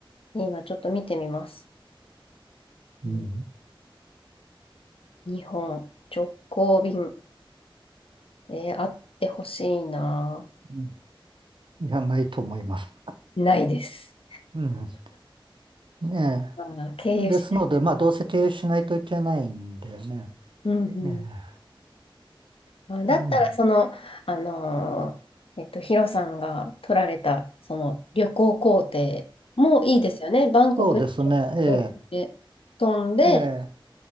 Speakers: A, on the left; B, on the right.
A: 今ちょっと見てみます。うん
B: うん、
A: 日本直行便、えーあってほしいな。
B: うんいや、ないと思います。
A: ないです。
B: うん。ね
A: あー、経由しない。
B: え。ですので、まあ、どうせ経由しないといけないんだよね。
A: うんうん
B: ええ。
A: まあだったら、
B: うん。
A: その、あのーえっと、ヒロさんが取られた、その旅行行程もいいですよね。バンコクに
B: そうですね。え
A: 直行で飛んで、
B: え。ええ。